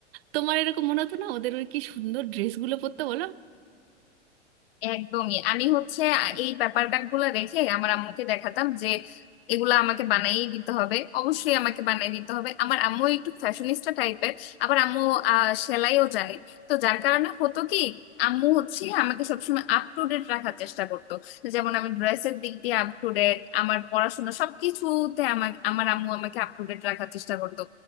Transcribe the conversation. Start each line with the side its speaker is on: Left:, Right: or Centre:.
Right: তোমার এরকম মনে হতো না ওদের ওই কি সুন্দর ড্রেসগুলো পরতে বলো
Left: একদমই আমি হচ্ছে এই পেপার কাট গুলো রেখে আমার আম্মুকে দেখাতাম যে এগুলা আমাকে বানাই দিতে হবে অবশ্যই আমাকে বানাই দিতে হবে আমার আম্মু একটু ফ্যাশনিস্টা টাইপের আবার আম্মু আহ, সেলাইও জানে তো যার কারণে হতো কি আম্মু হচ্ছে আমাকে সবসময় আপ টু ডেট রাখার চেষ্টা করতো যেমন আমি ড্রেসের দিক দিয়ে আপ টু ডেট আমার পড়াশোনা সবকিছুতে আমার আমার আম্মু আমাকে আপ টু ডেট রাখার চেষ্টা করতো